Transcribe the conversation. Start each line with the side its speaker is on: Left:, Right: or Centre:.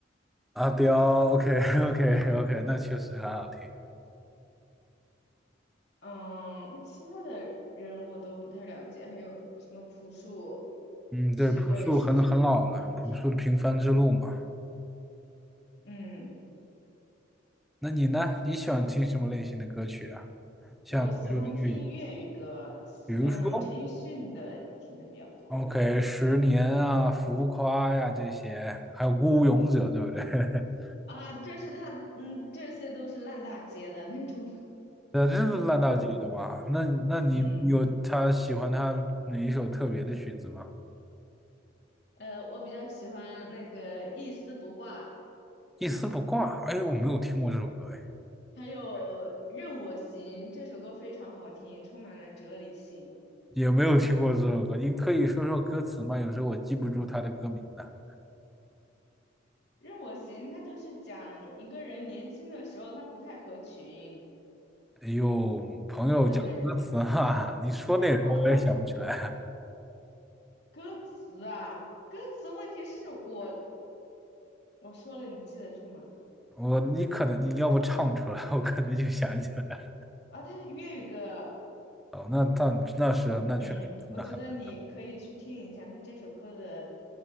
Centre: 阿刁，OK OK <laughs> OK，那确实很好听。
Left: 嗯，其他的人我都不太了解，还有什么朴树、
Centre: 嗯，
Left: 许巍是不是？
Centre: 对，朴树很很老了，
Left: 你听
Centre: 朴树的《平凡之路》嘛。
Left: 嗯，
Centre: 那你呢？你喜欢听什么类型的歌曲啊？像比如说粤语，
Left: 我喜欢听粤语歌，像陈奕迅的听的比较多。
Centre: 比如说 OK，十年啊、浮夸呀、这些，还有孤勇者，对不对？<laughs>
Left: 啊，这是他，嗯，这些都是烂大街的那种
Centre: 呃，这是烂大街的嘛？
Left: 唱
Centre: 那那你有他喜欢他哪一首特别的曲子吗？
Left: <laughs>，嗯，呃，我比较喜欢那个一丝不挂，
Centre: 一丝不挂，哎，我没有听过这首歌，哎，
Left: 还有任我行这首歌非常好听，充满了哲理性。
Centre: 也没有听过这首歌。你可以说说歌词吗？有时候我记不住他的歌名的。
Left: 任我行，他就是讲一个人年轻的时候他不太合群，
Centre: 哎呦，朋友讲歌词哈，
Left: 嗯、
Centre: 你说内容我也想不起来。
Left: 然后他歌词啊，歌词问题是我我说了你记得住吗？
Centre: 我你可能你要不唱出来，<laughs> 我可能就想起来了。
Left: 啊，他是粤语歌，
Centre: 哦，那但那是那确实那很难。
Left: 嗯，我觉得你可以去听一下，他这首歌的